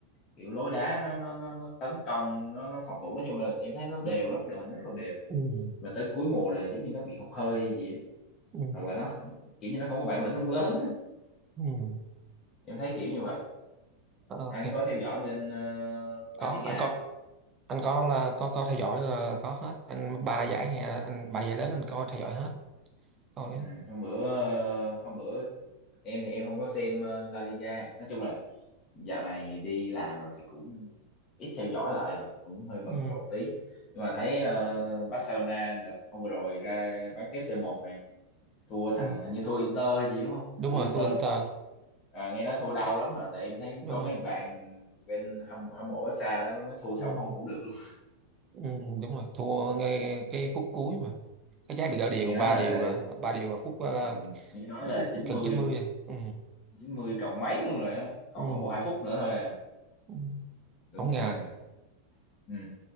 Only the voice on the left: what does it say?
kiểu lối đá nó nó nó, nó tấn công, nó, nó phòng thủ nói chung là em thấy nó đều lắm, đội hình rất là đều.
Mà tới cuối mùa là giống như nó bị hụt hơi hay gì á
hoặc là nó kiểu như nó không có bản lĩnh ông lớn á.
em thấy kiểu như vậy
anh có theo dõi bên ờ, La
Liga
không
ừ, hôm bữa ờ, hôm bữa em thì em không có xem ờ, La Liga nói chung là dạo này đi làm rồi thì cũng ít theo dõi lại rồi cũng hơi bận
rộn tí nhưng mà thấy ờ, Barcelona đợt hôm vừa rồi ra bán kết c một nè thua thằng
hình như thua Inter hay gì đúng không
thua
Inter
Ờ, nghe nói thua đau lắm mà tại em thấy
có mấy
thằng bạn bên hâm, hâm mộ Barca đó nó thua xong
không ngủ được luôn
nghe
nói là
Ừ, nghe nói là
chín
mươi
chín mươi cộng mấy luôn rồi á còn
có một hai phút nữa thôi à
đúng
là ừ.